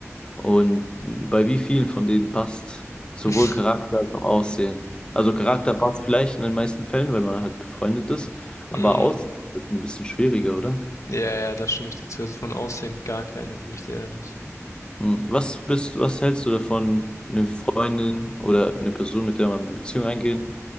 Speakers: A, on the left; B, on the left.
A: Und bei wie vielen von denen passt sowohl
B: <laughs>
A: Charakter als auch Aussehen? Also Charakter passt vielleicht in den meisten Fällen, weil man halt befreundet ist, aber
B: mm,
A: Aussehen ist ein bisschen schwieriger, oder?
B: ja, ja, da stimme ich dir zu. Also von Aussehen gar keine, bin ich dir ehrlich.
A: Hm, Was bist, was hältst du davon, eine Freundin oder eine Person, mit der man eine Beziehung eingehen